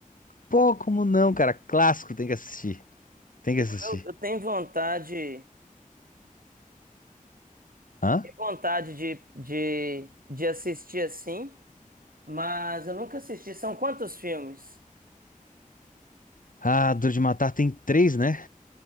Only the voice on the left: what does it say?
Pô, como não, cara? Clássico, tem que assistir. Tem
que assistir.
Hã?
Ah, Duro de Matar tem três, né?